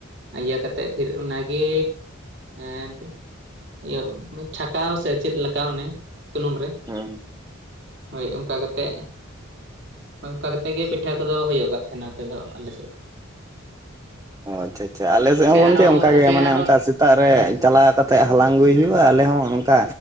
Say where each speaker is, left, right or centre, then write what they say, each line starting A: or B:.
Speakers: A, on the right; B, on the right.
A: ᱤᱭᱟᱹ ᱠᱟᱛᱮᱜ ᱯᱷᱤᱨ ᱚᱱᱟᱜᱮ ᱮᱫ ᱤᱭᱟᱹ ᱠᱚ ᱪᱷᱟᱠᱟᱣ ᱥᱮ ᱪᱮᱫ ᱞᱮᱠᱟ ᱚᱱᱮ ᱥᱩᱱᱩᱢ ᱨᱮ ᱾
B: ᱦᱩᱸ ᱻ
A: ᱦᱳᱭ ᱚᱱᱠᱟ ᱠᱟᱛᱮᱜ᱾ ᱦᱚᱭ ᱚᱱᱠᱟ ᱠᱟᱛᱮᱜ ᱜᱮ ᱯᱤᱴᱷᱟᱹ ᱠᱚᱫᱚ ᱦᱩᱭᱩᱜ ᱠᱟᱱ ᱛᱟᱦᱮᱱᱟ, ᱱᱚᱛᱮ ᱫᱚ ᱟᱞᱮ ᱥᱮᱫ ᱫᱚ᱾
B: ᱳᱡ᱾ ᱟᱪᱪᱷᱟ ᱟᱪᱪᱷᱟ ᱟᱞᱮ ᱥᱮᱫ
A: ᱥᱮ
B: ᱦᱚᱸ ᱜᱚᱝᱠᱮ
A: ᱟᱨᱚ
B: ᱚᱱᱠᱟᱜᱮ
A: ᱥᱮ
B: ᱢᱟᱱᱮ
A: ᱟᱨᱚ
B: ᱚᱱᱠᱟ ᱥᱮᱛᱟᱜ ᱨᱮ
A: ᱦᱮᱸ
B: ᱪᱟᱞᱟᱣ ᱠᱟᱛᱮᱫ ᱦᱟᱞᱟᱝ ᱟᱹᱜᱩᱭ
A: ᱦᱮᱸ
B: ᱦᱩᱭᱩᱜ-ᱟ ᱟᱞᱮ ᱦᱚᱸ ᱫᱟ